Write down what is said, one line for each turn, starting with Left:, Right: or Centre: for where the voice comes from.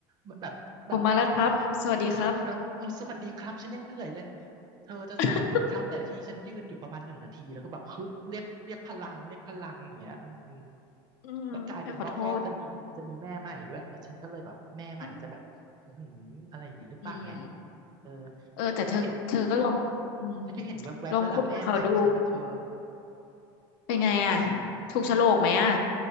Right: มันแบบแบบพ่อ
Left: ผมมาแล้วครับ สวัสดีครับ
Right: พ่อครับเออสวัสดีครับฉันยังเหนื่อยเลยเธอจะสวัสดีครับแต่ละทีฉันยืนอยู่ประมาณหนึ่งนาทีแล้วก็แบบฮึบเรียกเรียกพลังเรียกพลังอย่างเงี้ยอืม
Left: <laughs> อืมไปขอโทษ
Right: แล้วกลายเป็นว่าพ่อจะมีจะมีแม่ใหม่ด้วยเออฉันก็เลยแบบแม่ใหม่จะแบบอื้อหืออะไรอย่างเงี้ยหรือเปล่าไง
Left: อืมอืม
Right: เออ
Left: เออแต่เธอเธอก็ลองอืม
Right: ฉันก็เห็นฉันก็เห็นแวบๆแล้วล่ะแม่ใหม่ฉันอ่ะเธอ
Left: ลองคุยกับเขาดู เป็นไงอ่ะถูกโฉลกไหมอ่ะ